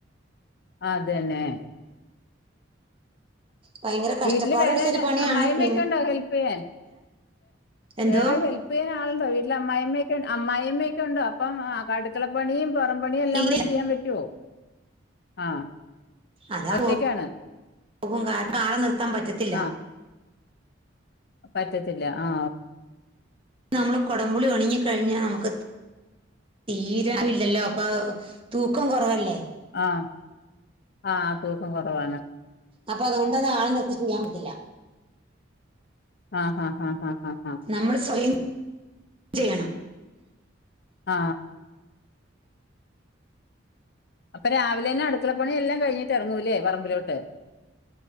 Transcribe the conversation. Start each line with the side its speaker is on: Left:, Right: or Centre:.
Left: ആ അതന്നെ
Right: ഭയങ്കര കഷ്ടപ്പാട്
Left: വീട്ടില് വേറെെ
Right: പിടിച്ചൊരു പണിയാണ്
Left: അമ്മായിമ്മയക്കെ
Right: പിന്നെ
Left: വീട്ടില് വേറെ അമ്മായമ്മയക്കെ ഉണ്ടോ ഹെല്പ് ചെയ്യാൻ,
Right: എന്തോ
Left: വേറെ ഹെല്പ് ചെയ്യാൻ ആളുണ്ടോ വീട്ടിൽ അമ്മായിമ്മ അമ്മായിമ്മയൊക്കെ ഉണ്ടോ? അപ്പം അടുക്കളപ്പണിയും പുറമ്പ പണിയെല്ലാം
Right: ഇല്ല
Left: കൂടെ ചെയ്യാൻ പറ്റുവോ ആ
Right: അതാ
Left: ഒറ്റക്കാണ്
Right: പോകും കാരണം ആളെ നിർ നടത്താൻ പറ്റത്തില്ല
Left: ആ പറ്റത്തില്ല ആ
Right: നമ്മൾ കൊടമ്പുളി ഒണങ്ങി കഴിഞ്ഞാൽ നമുക്ക് തീരവില്ലല്ലോ അപ്പൊ തൂക്കം കുറവല്ലേ.
Left: ആ ആ, ആ തൂക്കം കുറവാണ്
Right: അപ്പൊ അതൊണ്ടത് ആളെ നിർത്തി ചെയ്യാൻ പറ്റില്ല
Left: ആ, ആ, ആ, ആ
Right: നമ്മൾ സ്വയം ചെയ്യണം
Left: ആ അപ്പൊ രാവിലെ തന്നെ അടുക്കളപ്പണി എല്ലാം കഴിഞ്ഞിട്ട് ഇറങ്ങൂല്ലേ പറമ്പിലോട്ട്.